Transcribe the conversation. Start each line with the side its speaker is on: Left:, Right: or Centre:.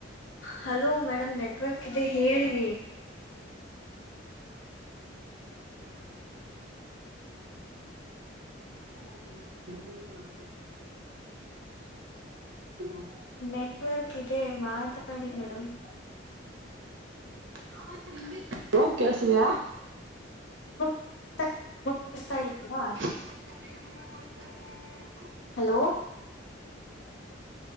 Left: hello madam network ಇದೆ ಹೇಳಿ.
Right: <inaudible> <inaudible> <unintelligible>
Left: ನೆಟ್ವರ್ಕ್ ಇದೆ ಮಾತಾಡಿ ಮೇಡಮ್
Right: <unintelligible> ಕೇಳಸ್ತಿದಯಾ
Left: <unintelligible> ಇಷ್ಟಾ ಇಲ್ವಾ
Right: <inaudible>
Left: ಹಲೋ <inaudible>